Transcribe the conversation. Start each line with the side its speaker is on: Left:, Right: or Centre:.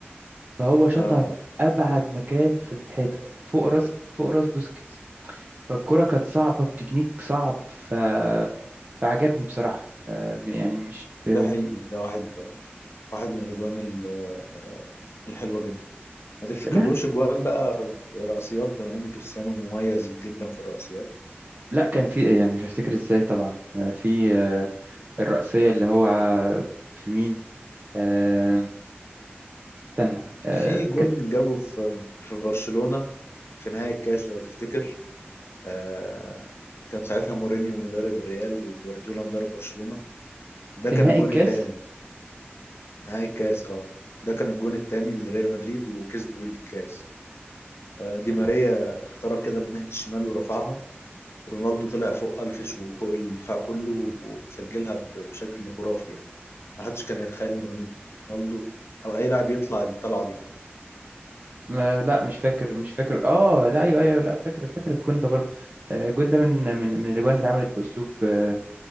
Right: فهو شاطها
Left: اه
Right: في ابعد مكان في الحيطه فوق راس فوق راس بوسكيتس فالكره كانت صعبه بتكنيك صعب ف فعجبني بصراحة آه، يعني مش
Left: ده
Right: آه،
Left: حقيقي ده واحد واحد من الاجوان ال- الحلوه جدا ما تفتكرلوش
Right: لا
Left: اجوان بقى في رأسيات بما ان كريستيانو مميز جدا في الرأسيات
Right: لا كان في يعني مش هفتكر ازاي طبعا آه، في آه، الرأسية اللي هو ع- في مين آه، استنى آه،
Left: في جون
Right: ك-
Left: جابه في في برشلونه في نهايه الكاس لو تفتكر آه، كان ساعتها مورينيو مدرب الريال وجوارديولا مدرب برشلونة ده
Right: في
Left: كان
Right: نهائي
Left: الجون
Right: الكاس
Left: التاني نهائي الكاس اه ده كان الجون التاني لريال مدريد وكسبوا بيه الكاس آه، دي ماريا اخترق كده من ناحية الشمال ورفعها رونالدو طلع فوق ألفش وفوق الدفاع كله وسجلها ب- بشكل خرافي يعني محدش كان يتخيل إن رونالدو أو أي لاعب يطلع الطلعة دي
Right: ما- لا مش فاكر مش فاكر اه لا ايوه ايوه لا فاكر فاكر الجون ده برضه آه، الجون ده من من من الاجوان اللي اتعملت باسلوب آه،